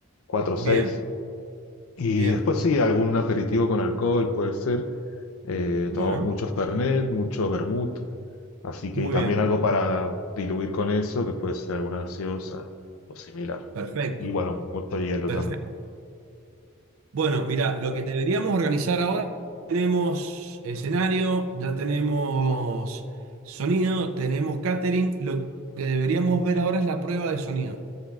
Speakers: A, on the left; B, on the right.
A: cuatro o
B: bien,
A: seis. Y
B: bien.
A: después sí, algún aperitivo con alcohol puede ser. Eh,
B: Bueno,
A: tomamos mucho Fernet, mucho vermut, así
B: muy
A: que y también
B: bien.
A: algo para diluir con eso, que puede ser alguna gaseosa o similar.
B: Perfecto,
A: Y bueno, mucho hielo
B: perfecto.
A: también.
B: Bueno, mira, lo que deberíamos organizar ahora, tenemos escenario, ya tenemos sonido, tenemos catering. Lo que deberíamos ver ahora es la prueba de sonido.